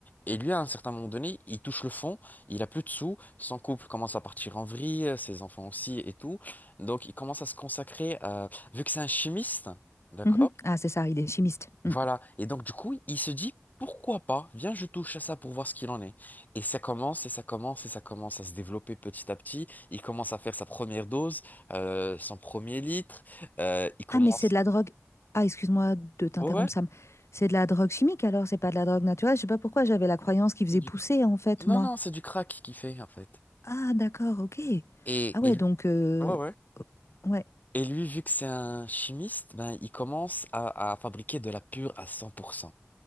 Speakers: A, on the left; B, on the left.
A: Et lui, à un certain moment donné, il touche le fond, il a plus de sous, son couple commence à partir en vrille, euh, ses enfants aussi et tout. Donc, il commence à se consacrer, euh, vu que c'est un chimiste, d'accord?
B: mhm. Ah, c'est ça, il est chimiste.
A: Voilà.
B: Mm.
A: Et donc, du coup, il se dit, pourquoi pas? Viens, je touche à ça pour voir ce qu'il en est. Et ça commence, et ça commence, et ça commence à se développer petit à petit. Il commence à faire sa première dose, euh, son premier litre. euh, il commence...
B: Ah, mais c'est de la drogue. Ah, excuse-moi de t'interrompre,
A: Ouais.
B: Sam. C'est de la drogue chimique alors, c'est pas de la drogue naturelle. Je sais pas pourquoi j'avais la croyance qu'il
A: c'est
B: faisait
A: du
B: pousser en fait,
A: Non,
B: moi.
A: non, c'est du crack qu'il fait, en fait.
B: Ah, d'accord, ok.
A: Et,
B: Ah ouais,
A: et, lui-
B: donc euh,
A: Ouais, ouais.
B: oh, ouais,
A: et lui, vu que c'est un chimiste, ben, il commence à, à fabriquer de la pure à 100%.